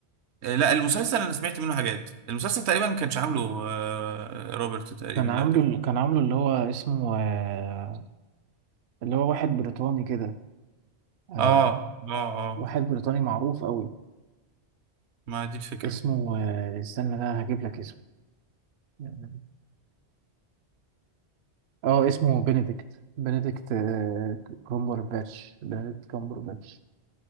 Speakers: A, on the right; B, on the right.
A: آه، لا المسلسل انا سمعت منه حاجات المسلسل تقريبا ما كانش عامله آه، روبرت تقريبا
B: كان
A: لا
B: عامله
A: ده كان
B: كان عامله اللي هو اسمه آه، اللي هو واحد بريطاني كده آه،
A: اه اه اه
B: واحد بريطاني معروف قوي
A: ما دي الفكره
B: اسمه آه، استنى لا هجيب لك اسمه اه آه، اسمه بنديكت بنديكت آه، كامبر باتش بنديكت كامبر باتش